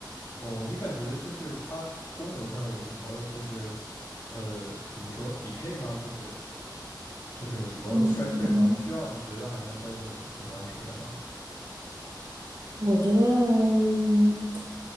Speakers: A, on the left; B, on the right.
A: 哦，你感觉就是它功能上有什么，就是呃，怎么说 decay 吗？就是就是有什么衰退吗？
B: 嗯。
A: 需要你觉得还能再用很很长时间吗？
B: 我觉得嗯